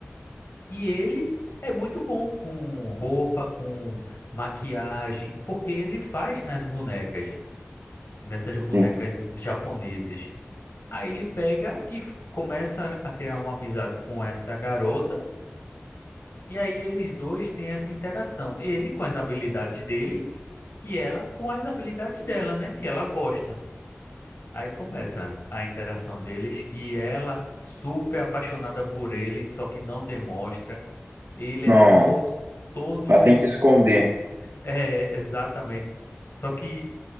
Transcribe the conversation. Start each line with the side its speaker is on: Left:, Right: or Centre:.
Left: E ele é muito bom com roupa, com maquiagem, porque ele faz nas bonecas, nessas bonecas
Right: Sim.
Left: japonesas. Aí ele pega e f- começa a criar uma amizade com essa garota E aí eles dois têm essa interação. Ele com as habilidades dele e ela com as habilidades dela, né? Que ela gosta. Aí começa a interação deles e ela super apaixonada por ele, só que não demonstra. Ele
Right: Nossa.
Left: é to, todo.
Right: Ela tenta esconder
Left: É, exatamente. Só que